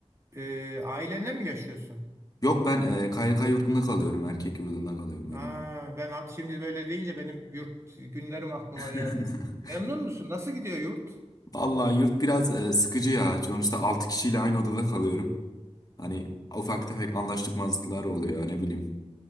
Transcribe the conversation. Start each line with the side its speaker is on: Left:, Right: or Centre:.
Right: E, ailenle mi yaşıyorsun?
Left: Yok ben e, KYK yurdunda kalıyorum. Erkek yurdunda kalıyorum
Right: Ha,
Left: öğrenci.
Right: ben hat- şimdi böyle deyince benim yurt günlerim aklıma
Left: <laughs>
Right: geldi. Memnun musun? Nasıl gidiyor yurt?
Left: Vallahi yurt biraz e, sıkıcı ya. Sonuçta 6 kişiyle aynı odada kalıyorum. Hani ufak tefek anlaşmazlıklar oluyor ne bileyim.